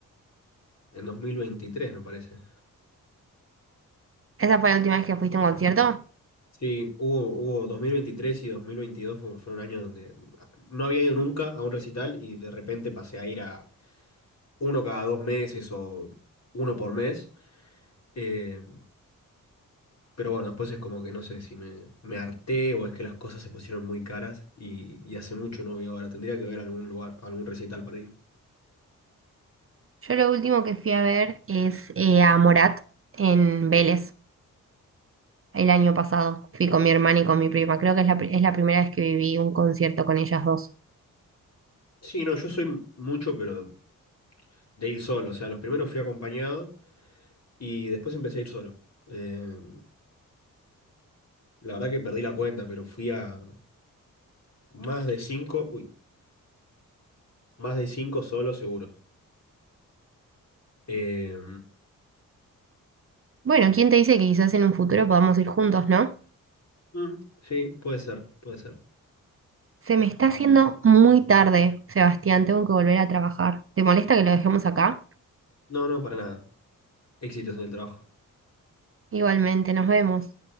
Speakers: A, on the left; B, on the right.
A: en 2023, me parece.
B: ¿Esa fue la última vez que fuiste a un concierto?
A: Sí, hubo, hubo 2023 y 2022 fue, fue un año donde ah, no había ido nunca a un recital y de repente pasé a ir a uno cada dos meses o uno por mes. Eh, pero bueno, después es como que no sé si me, me harté o es que las cosas se pusieron muy caras y, y hace mucho no voy ahora. Tendría que ver algún lugar, algún recital para ir.
B: Yo lo último que fui a ver es eh, a Morat en Vélez el año pasado. Fui con mi hermana y con mi prima. Creo que es la, pri- es la primera vez que viví un concierto con ellas dos.
A: Sí, no, yo soy m- mucho, pero de ir solo. O sea, los primeros fui acompañado y después empecé a ir solo. Eh, la verdad que perdí la cuenta, pero fui a más de cinco, uy, más de cinco solo seguro. Eh,
B: Bueno, ¿quién te dice que quizás en un futuro podamos ir juntos, ¿no?
A: mm, sí, puede ser, puede ser.
B: Se me está haciendo muy tarde, Sebastián, tengo que volver a trabajar. ¿Te molesta que lo dejemos acá?
A: No, no, para nada. Éxitos en el trabajo.
B: Igualmente, nos vemos.